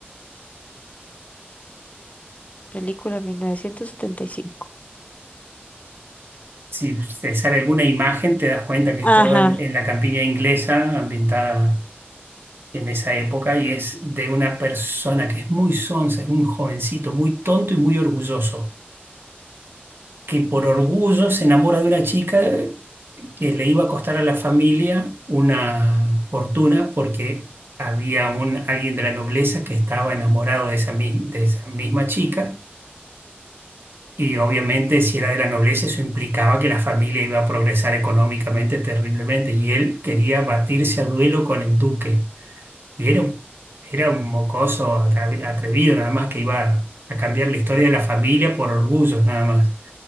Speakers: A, on the left; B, on the right.
A: Película 1975.
B: si te sale alguna imagen te das cuenta que
A: Ajá.
B: es todo en, en la campiña inglesa, ambientada en esa época, y es de una persona que es muy sonsa, es un jovencito, muy tonto y muy orgulloso. que por orgullo se enamora de una chica que le iba a costar a la familia una fortuna porque había un, alguien de la nobleza que estaba enamorado de esa, mi- de esa misma chica y obviamente si era de la nobleza eso implicaba que la familia iba a progresar económicamente terriblemente y él quería batirse a duelo con el duque y era un, era un mocoso atra- atrevido nada más que iba a cambiar la historia de la familia por orgullo nada más.